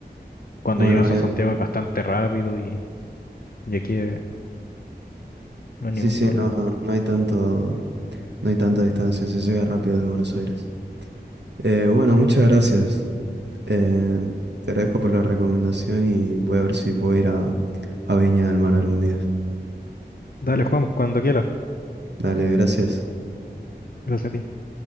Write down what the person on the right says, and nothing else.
Bueno,
bien.
Sí,
sí,
no, no hay tanto, no hay tanta distancia, se llega rápido desde Buenos Aires. Eh, bueno, muchas gracias. Eh, te agradezco por la recomendación y voy a ver si puedo ir a, a Viña del Mar algún día.
Dale, gracias.